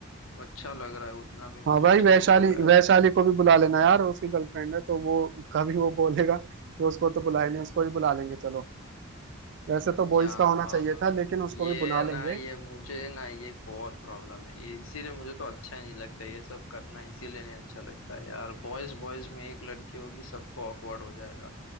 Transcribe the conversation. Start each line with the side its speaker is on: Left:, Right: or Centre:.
Left: अच्छा लग रहा है उतना भी
Right: हाँ
Left: मुझे
Right: भाई वैशाली
Left: ठीक लग रहा
Right: वैशाली
Left: है
Right: को भी बुला लेना यार उसकी गर्लफ्रेंड है तो वो कभी वो बोलेगा तो उसको तो बुलाए नहीं उसको ही बुला लेंगे चलो वैसे तो बॉयज
Left: यार
Right: का होना चाहिए था लेकिन उसको
Left: ये
Right: भी बुला
Left: ना
Right: लेंगे
Left: ये मुझे ना ये बहुत प्रॉब्लम है ये- इसीलिए मुझे तो अच्छा ही नहीं लगता ये सब करना इसीलिए नहीं अच्छा लगता है यार बॉयज बॉयज में एक लड़की होगी सबको ऑकवर्ड हो जाएगा